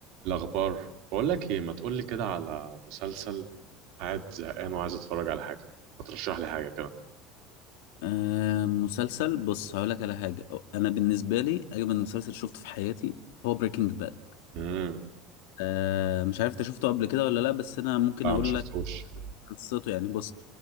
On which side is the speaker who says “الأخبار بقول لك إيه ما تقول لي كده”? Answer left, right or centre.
Right